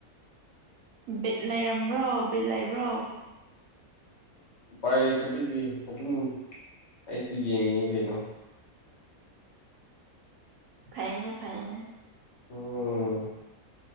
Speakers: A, on the right; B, on the left.
A: ꯕꯤꯠ ꯂꯩꯔꯝꯕ꯭ꯔꯣ ꯕꯤꯠ ꯂꯩꯕ꯭ꯔꯣ
B: ꯎꯄꯥꯏ ꯂꯩꯇꯕꯒꯤ ꯑꯗꯨꯝ ꯑꯩꯁꯨ ꯌꯦꯡꯉꯤꯅꯦ ꯀꯩꯅꯣ
A: ꯐꯩꯅꯦ ꯐꯩꯅꯦ
B: ꯎꯝ